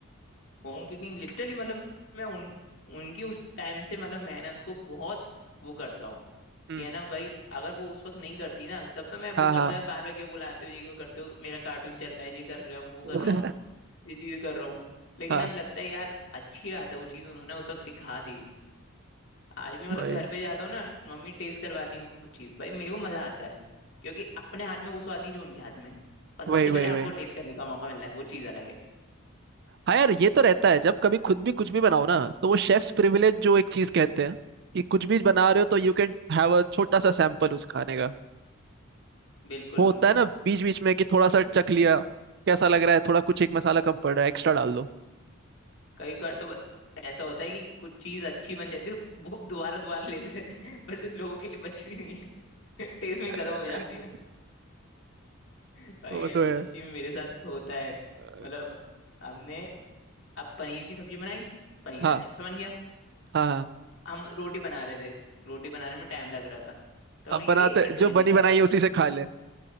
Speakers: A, on the left (about 60°); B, on the right (about 50°).
A: होम कुकिंग लिटरली मतलब मैं उन उनकी उस टाइम से मतलब मेहनत को बहुत वो करता हूँ
B: हम्म
A: कि है ना भाई अगर वो उस वक्त नहीं करती ना तब तो मैं
B: हाँ
A: वो करता
B: हाँ
A: है बार बार क्यों बुलाते हो ये क्यों करते हो मेरा कार्टून चल रहा है ये कर रहा हूँ वो
B: <laughs>
A: कर रहा हूँ ये चीज़ कर रहा हूँ लेकिन
B: हाँ
A: अब लगता है यार अच्छी बात है वो चीज़ उन्होंने उस वक्त सिखा दी आज भी मतलब
B: वही
A: घर पे जाता हूँ ना मम्मी टेस्ट करवाती हैं कुछ चीज भाई मेरे को मजा आता है क्योंकि अपने हाथ में वो स्वाद नहीं जो उनके हाथ में है। और सबसे
B: वही वही
A: पहले आपको
B: वही
A: टेस्ट करने का मौका मिल रहा है वो चीज अलग है
B: हाँ यार ये तो रहता है जब कभी खुद भी कुछ भी बनाओ ना तो वो शेफ्स प्रिविलेज जो एक चीज कहते हैं कि कुछ भी बना रहे हो तो यू कैन हैव अ छोटा सा सैंपल उस खाने का
A: बिल्कुल
B: होता
A: बिल्कुल
B: है ना बीच बीच में कि थोड़ा सा चख लिया कैसा लग रहा है थोड़ा कुछ एक मसाला कम पड़ रहा है एक्स्ट्रा डाल दो
A: कई बार तो ब- ऐसा होता है कि कुछ चीज अच्छी बन जाती है वो दोबारा दोबारा लेते रहते हैं पर लोगों के लिए बचती नहीं है टेस्ट में खत्म
B: <laughs>
A: हो जाती है भाई
B: वो तो
A: ऐसा
B: है
A: सच्ची में मेरे साथ होता है
B: अ,
A: मतलब हमने अब पनीर की सब्जी बनाई पनीर
B: हाँ
A: अच्छा बन गया
B: हाँ हाँ
A: हम रोटी बना रहे थे रोटी बनाने में टाइम लग रहा था तो हमने
B: अब बनाते
A: क्या किया एक कटोरी
B: जो
A: में
B: बनी
A: निकाल
B: बनाई
A: लिया
B: है उसी से खा ले